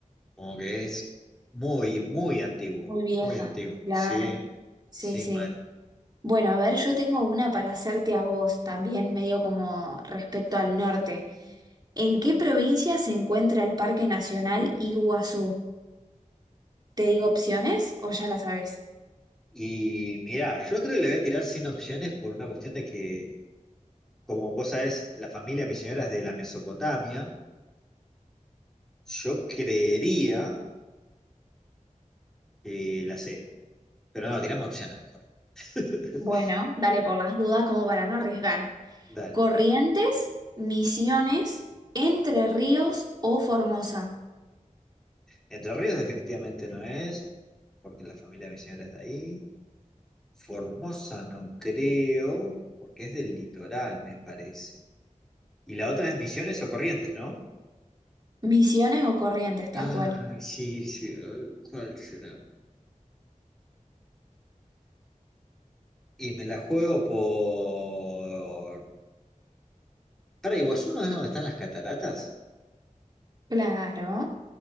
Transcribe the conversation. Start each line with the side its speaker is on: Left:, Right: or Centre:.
Centre: como que es muy, muy antigua,
Right: Muy vieja,
Centre: muy antigua,
Right: claro.
Centre: sí,
Right: Sí,
Centre: sí,
Right: sí.
Centre: mal.
Right: Bueno, a ver, yo tengo una para hacerte a vos también, medio como respecto al norte. ¿En qué provincia se encuentra el Parque Nacional Iguazú? ¿Te digo opciones o ya la sabes?
Centre: Y mirá, yo creo que le voy a tirar sin opciones por una cuestión de que... Como vos sabés, la familia misionera es de la Mesopotamia, Yo creería que la C, pero no, tiramos opciones. mejor. <laughs>
Right: Bueno, dale por las dudas como para no arriesgar.
Centre: Dale.
Right: Corrientes, Misiones, Entre Ríos o Formosa.
Centre: Entre Ríos definitivamente no es, porque la familia de mi señora es de ahí. Formosa no creo, porque es del litoral, me parece. Y la otra es Misiones o Corrientes, ¿no?
Right: Misiones o Corrientes,
Centre: Ah,
Right: tal cual.
Centre: sí, sí, ay, ¿cuál será? Y me la juego por... Para Iguazú no es donde están las cataratas.
Right: Claro.